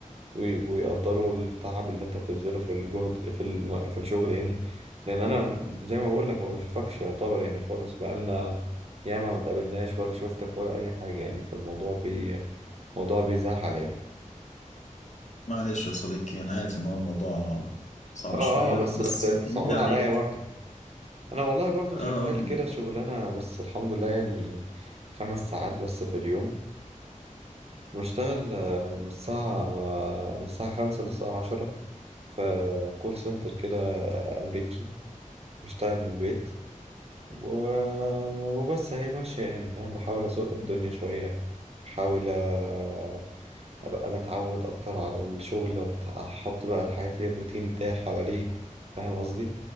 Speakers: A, on the right; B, on the left.
A: وي- ويقدروا التعب اللي انت بتبذله في الجهد في الم... في الشغل يعني لأن أنا زي ما بقول لك ما بشوفكش يعتبر يعني خالص بقالنا ياما ما تقابلناش ولا شفتك ولا أي حاجة يعني فالموضوع بي موضوع بيزعل يعني
B: معلش يا صديقي انا عارف ان هو الموضوع صعب
A: اه
B: شويه
A: اه بس
B: بس
A: بس انت
B: بتمني
A: صعبان
B: عليك
A: عليا برضه أنا والله برضه
B: آه
A: شغال كده شغلانة بس الحمد لله يعني خمس ساعات بس في اليوم بشتغل آه، من الساعة آه، من الساعة خمسة للساعة عشرة في كول سنتر كده أمريكي بشتغل من البيت و... وبس هي ماشية يعني فاهم بحاول أسوق الدنيا شوية بحاول آه، أبقى متعود أكتر على الشغل وأحط بقى حياتي الروتين بتاعي حواليه فاهم قصدي